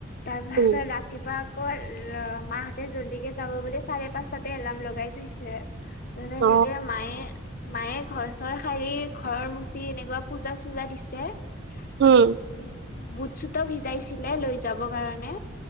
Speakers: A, on the left; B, on the right.
A: তাৰপাছত
B: উম
A: ৰাতি ৰাতিপুৱা আকৌ মাহঁতে জল্দিকে যাব বুলি চাৰে পাঁচটাতে এলাৰ্ম লগাই থৈছে। যেনে
B: অ
A: এনেকে মায়ে মায়ে ঘৰ-চৰ শাৰী ঘৰৰ মুচি এনেকুৱা পূজা-চূজা দিছে। ত'
B: উম
A: বুট-চুতও ভিজাইছিলে লৈ যাব কাৰণে।